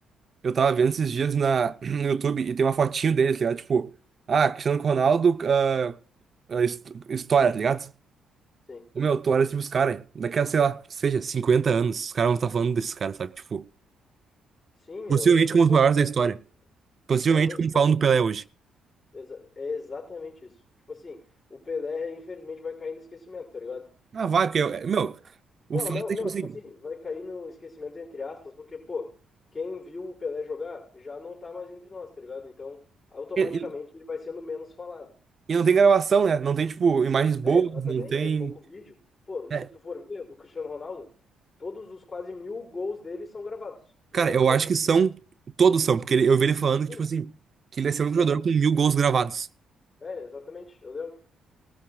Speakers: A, on the right (about 40°); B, on the left (about 30°).
A: eu tava vendo esses dias na, <clears throat> no YouTube e tem uma fotinho deles, tá ligado? Tipo, ah, Cristiano Ronaldo, ah, ah, hist- história, tá ligado?
B: Sim.
A: Ô meu, tu olha, tipo, os caras, daqui a, sei lá, seja, 50 anos, os caras vão estar falando desses caras, sabe? Tipo.
B: Sim, meu,
A: Possivelmente
B: exatamente.
A: como os
B: Pô,
A: maiores
B: pra
A: da história.
B: ser.
A: Possivelmente
B: Tá, louco. exatamente.
A: como falam do Pelé hoje.
B: Exa- é exatamente isso. Tipo assim, o Pelé, infelizmente, vai cair no esquecimento, tá ligado?
A: Ah, vai, porque, é- meu, o
B: Não,
A: fato
B: não,
A: é,
B: não,
A: tipo assim,
B: tipo assim, vai cair no esquecimento entre aspas, porque, pô, quem viu o Pelé jogar já não tá mais entre nós, tá ligado? Então, automaticamente
A: ele,
B: ele vai sendo menos falado.
A: ele não tem gravação, né? Não tem, tipo, imagens boas,
B: É, exatamente,
A: não tem.
B: é pouco vídeo. Pô, se
A: é,
B: tu for ver o Cristiano Ronaldo, todos os quase mil gols dele são gravados, tá
A: cara,
B: ligado?
A: eu
B: Todos.
A: acho que são, todos são, porque ele- eu vi ele falando que,
B: Sim,
A: tipo assim, que ele ia ser o único
B: é
A: jogador
B: todos.
A: com mil gols gravados.
B: É, exatamente, eu lembro.